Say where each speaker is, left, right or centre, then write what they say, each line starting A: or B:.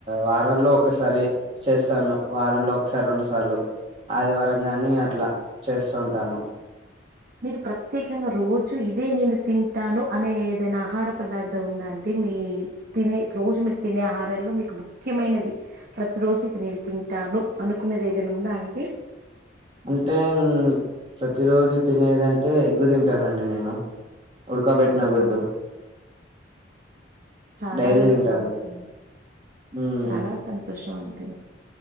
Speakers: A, on the right (about 30°); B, on the right (about 50°).
A: వారంలో ఒకసారి చేస్తాను వారంలో ఒకసారి రెండు సార్లు ఆదివరంగానే అట్లా చేస్తుంటాను
B: మీరు ప్రత్యేకంగా రోజు ఇదే నేను తింటాను అనే ఏదైనా ఆహార పదార్థం ఉందా అండి మీ తినే రోజు మీరు తినే ఆహారాల్లో మీకు ముఖ్యమైనది ప్రతి రోజు నేను తింటె తను అనుకున్నది ఏదైనా ఉందా అండి
A: అంటే ప్రతి రోజు తినేదంటే ఎగ్గు తింటానండి నేను ఉడ్కా పెట్ననా గుడ్డు
B: చాలా
A: డైలీ
B: మంచిది
A: తింటాను
B: ఉంది
A: ఉమ్
B: చాలా సంతోషం ఉంది